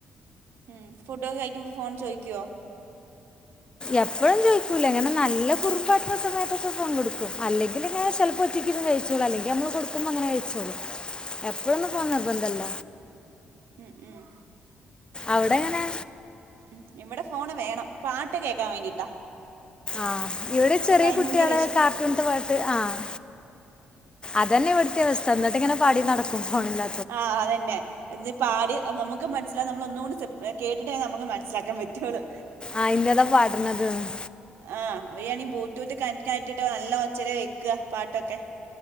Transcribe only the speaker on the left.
എപ്പഴും ചോയ്ക്കൂല ഇങ്ങനെ നല്ല കുറുംബാട്ട്ണ സമയത്തൊക്കെ ഫോൺ കൊടുക്കും അല്ലെങ്കില്ങ്ങനെ ചെൽ പൊറ്റിക്കിര്ന്ന് കഴിച്ചോളു അല്ലെങ്കി നമ്മള് കൊടുക്കുമ്പങ്ങനെ കഴിച്ചോളു എപ്പഴൊന്നും ഫോൺ നിർബന്ധല്ല.
അവ്ടെങ്ങനെ.
ആഹ് ഇവിടെ ചെറിയ
കുട്ട്യാള്
കാർട്ടൂൺത്തെ വ ത്ത് ആഹ് അതന്നെ ഇവട്ത്തി അവസ്ഥ എന്നിട്ട്ങ്ങനെ പാടി നടക്കും ഫോണില്ല
ആഹ് ഇന്നതാ പാട്ണതന്ന്.